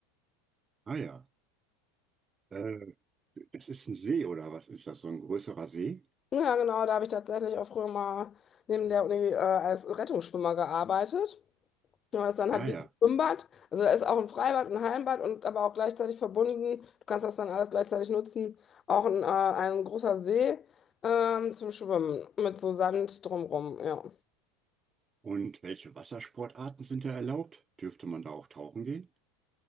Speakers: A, on the right; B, on the left.
A: Ah ja, äh, das ist ein See oder was ist das? So ein größerer See?
B: Ja, genau, da habe ich tatsächlich auch früher mal neben der Uni äh, als Rettungsschwimmer gearbeitet. Ja, Das ist dann
A: Ah
B: halt wie
A: ja.
B: ein Schwimmbad. Also da ist auch ein Freibad, ein Heimbad und aber auch gleichzeitig verbunden. Du kannst das dann alles gleichzeitig nutzen. Auch ein, äh, ein großer See ähm, zum Schwimmen mit so Sand drumrum. Ja,
A: Und welche Wassersportarten sind da erlaubt? Dürfte man da auch tauchen gehen?